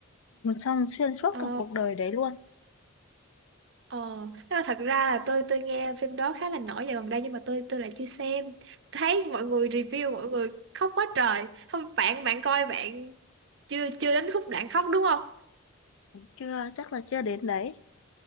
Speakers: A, on the left; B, on the right.
A: xong xuyên suốt
B: ờ
A: cả cuộc đời đấy luôn
B: ờ nhưng mà thật ra là tôi tôi nghe phim đó khá là nổi dạo gần đây nhưng mà tôi tôi lại chưa xem thấy mọi người review mọi người khóc quá trời không bạn bạn coi bạn chưa chưa đến khúc đoạn khóc đúng không
A: chưa chắc là chưa đến đấy